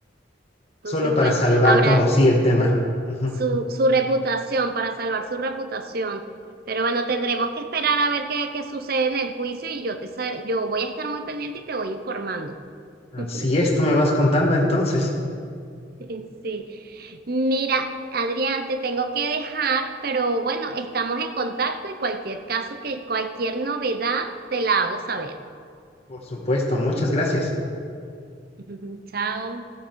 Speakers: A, on the right; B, on the left.
A: Entonces,
B: Solo para
A: bueno,
B: salvar
A: ahora
B: como sí el tema. Ujú.
A: su, su reputación, para salvar su reputación, pero bueno, tendremos que esperar a ver qué, qué sucede en el juicio y yo te, sa- yo voy a estar muy pendiente y te voy informando.
B: Así
A: <laughs>
B: es, tú me vas contando entonces.
A: <laughs> Sí. Mira, Adrián, te tengo que dejar, pero bueno, estamos en contacto y cualquier caso que, cualquier novedad, te la hago saber.
B: Por supuesto, muchas gracias.
A: <laughs> Chao.